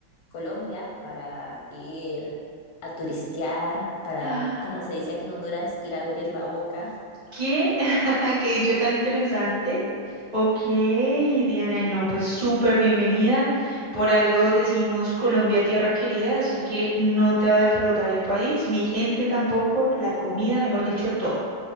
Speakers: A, on the left; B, on the right.
A: Colombia para ir a turistear, para,
B: Ah,
A: como se dice aquí en Honduras, ir a abrir la boca.
B: ¿Qué? <laughs> ¿Qué dicho tan interesante? Ok, Diana, y no, pues súper bienvenida. Por algo decimos Colombia tierra querida, así que no te va a defraudar el país, mi gente tampoco, la comida, mejor dicho, todo.